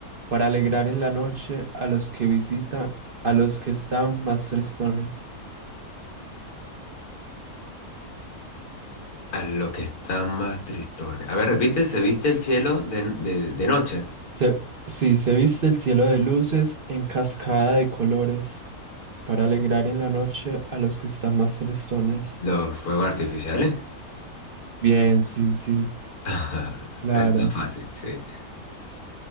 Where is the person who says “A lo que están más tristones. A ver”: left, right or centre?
Left